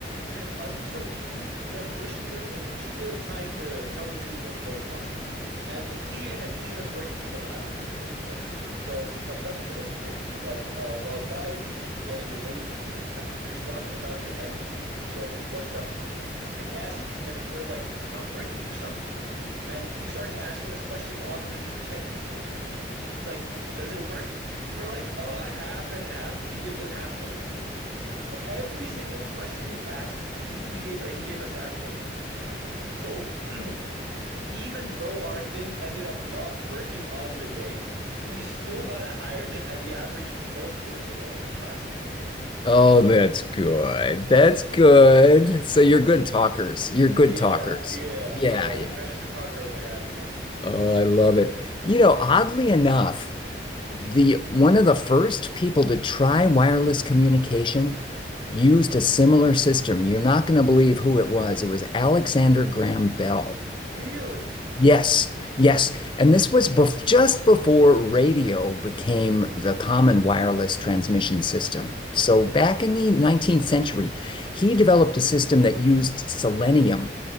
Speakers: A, on the right (about 80°); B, on the left (about 30°).
A: And until 2 p.m., we're still we're still trying to troubleshoot what's going on. And the TA had seen us working in the lab before as well. So he comes up to us and he's like, uh, well, guys, it's getting late. The time your slot's about to end. So what's up? And he asks us, and we're like, it's not working for some reason. And he starts asking us questions off of this checklist that he has. He's like, does it work? We're like, oh, half and half. He gives us half points for it. Every single question he asked, he we gave he gave us half points for it. So <clears throat> even though our thing ended up not working on the day, we still got higher than as the average of most most of, most of the class.
B: Oh, that's good. That's good.
A: <laughs>
B: So you're good talkers. You're good
A: Yeah,
B: talkers.
A: yeah,
B: Yeah,
A: yeah. We
B: yeah.
A: managed to talk our way out of that one.
B: Oh, I love it. You know, oddly enough, the one of the first people to try wireless communication used a similar system. You're not going to believe who it was. It was Alexander Graham Bell.
A: Really?
B: Yes, yes. And this was bef just before radio became the common wireless transmission system. So back in the 19th century, he developed a system that used selenium.